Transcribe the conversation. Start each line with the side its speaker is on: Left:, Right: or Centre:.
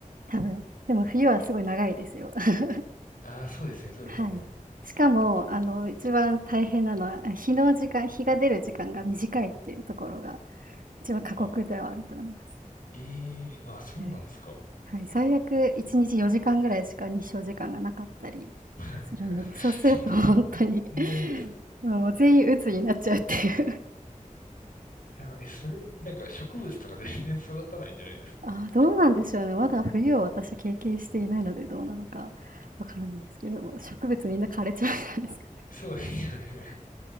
Right: 多分。でも冬はすごい長いですよ。<laughs>
Left: ああ、そうですね、そうですよね。
Right: はい。しかも、あの、一番大変なのは、あ、日の時間日が出る時間が短いっていうところが、一番過酷ではあると思います。
Left: あ、ええあ、そうなんですか。
Right: はい。はい、最悪1日4時間ぐらいしか日照時間がなかったり
Left: <laughs>
Right: するので、そうすると本当に、
Left: そ、そんないいです。
Right: <laughs> もう全員鬱になっちゃうっていう。
Left: いや、え、それ、なんか植物とか全然育たないんじゃないです。
Right: ああ、どうなんでしょうね。まだ冬を私経験していないので、どうなのかわからないですけども、植物みんな枯れちゃうんじゃないですかね。
Left: そうですよね。<laughs>